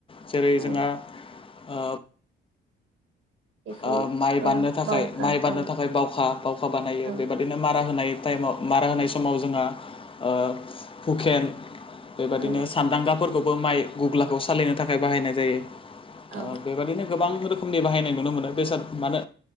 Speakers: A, on the left; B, on the right.
A: जेरै जोंहा
B: औ
A: ओ
B: बेखौ
A: ओ माइ बाननो
B: औ
A: थाखाय
B: बावखा
A: माइ बाननो
B: औ
A: थाखाय बावखा बावखा बानायो
B: औ
A: बेबायदिनो मा रा होनाय टाइमाव मारा होनाय समाव जोंहा ओ हुकेन बेबादिनो
B: औ
A: सान्दांगाफोरखौबो माइ गुग्लाखौ सालिनो थाखाय बाहायनाय जायो।
B: औ
A: ओ बेबायदिनो गोबां रो खोमनि बाहायनाय नुनो मोनो बेसाद मानो